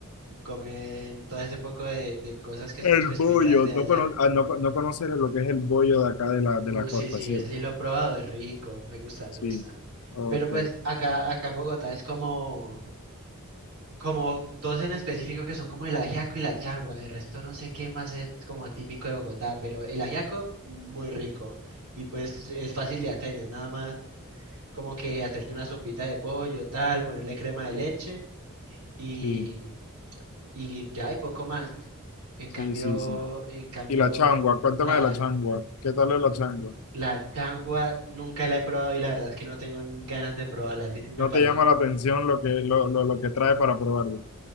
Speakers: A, on the right; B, on the left.
A: y comen todo ese poco de, de cosas que son
B: El
A: específicas
B: bollo,
A: de allá.
B: no, cono- ah, no, co- no conoces lo que es el bollo de acá de la, de
A: Uh,
B: la costa,
A: sí, sí,
B: ¿cierto?
A: ese sí lo he probado, es rico, me gusta, me
B: Sí,
A: gusta.
B: ok,
A: Pero pues acá, acá en Bogotá es como como dos en específico que son como el ajiaco y la changua, de resto no sé qué más es como típico de Bogotá, pero el ajiaco muy rico y pues es fácil de hacer, es nada más como que hacerte una sopita de pollo, tal, ponerle crema de leche y,
B: sí,
A: y ya y poco más. En
B: sí,
A: cambio,
B: sí, sí.
A: en cambio,
B: Y la changua, cuéntame
A: la,
B: de la changua, ¿qué tal es la changua?
A: la changua nunca la he probado y la verdad es que no tengo ganas de probarla, así que me
B: no
A: parece
B: te llama
A: un
B: la atención lo que, lo, lo, lo que trae para probarlo,